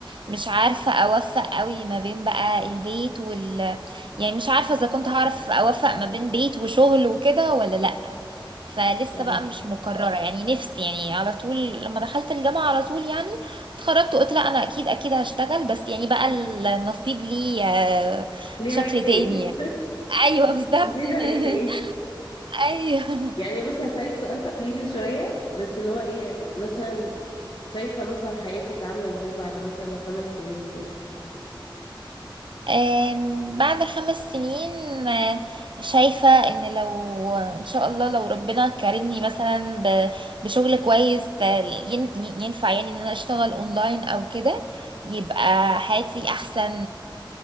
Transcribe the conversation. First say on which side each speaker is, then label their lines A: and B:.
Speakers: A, on the right (about 70°); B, on the left (about 70°).
A: مش عارفه اوفق قوي ما بين بقى البيت وال يعني مش عارفه اذا كنت هعرف اوفق ما بين بيت وشغل وكده ولا لا فلسه
B: اه
A: بقى مش مقرره يعني نفسي يعني على طول لما دخلت الجامعه على طول يعني اتخرجت وقلت لا انا اكيد اكيد هشتغل بس يعني بقى النصيب لي آه،
B: ليه
A: شكل
B: رأي تاني
A: تاني
B: <laughs>
A: يعني. ايوه بالظبط
B: ليه رأي تاني
A: <laughs> ايوه
B: يعني بصي هسألك سؤال تقليدي شوية بس اللي هو إيه يعني مثلا شايفة مثلا حياتك عاملة إزاي بعد مثلا خمس سنين كده
A: آم، بعد خمس سنين آه، شايفة ان لو ان شاء الله لو ربنا كرمني مثلا ب- بشغل كويس آه، ين- ينفع يعني ان انا اشتغل اونلاين او كده يبقى حياتي احسن